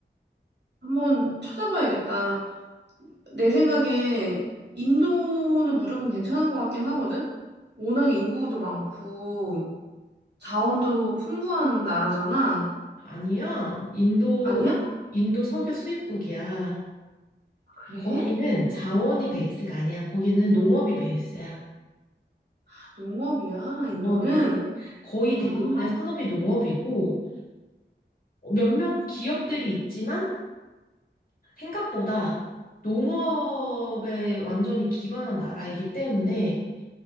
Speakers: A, on the right (about 65°); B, on the left (about 50°).
A: 한번 찾아봐야겠다. 내 생각에 인도는 무조건 괜찮을 것 같긴 하거든? 워낙 인구도 많고, 자원도 풍부한 나라잖아.
B: 아니야. 인도
A: 아니야?
B: 인도 석유 수입국이야.
A: 그래?
B: 거기는 자원이 베이스가 아니야. 거기는 농업이 베이스야.
A: 아, 농업이야,
B: 농업이야.
A: 인도는.
B: 거의
A: 아,
B: 대부분의 산업이 농업이고 어, 몇몇 기업들이 있지만 생각보다 농업에 완전히 기반한 나라이기 때문에